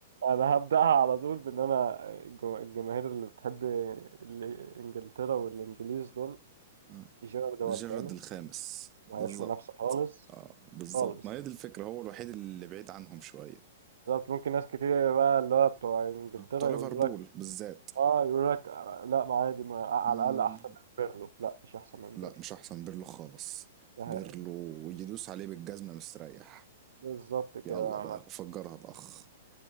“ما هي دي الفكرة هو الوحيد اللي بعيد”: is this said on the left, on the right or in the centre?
Right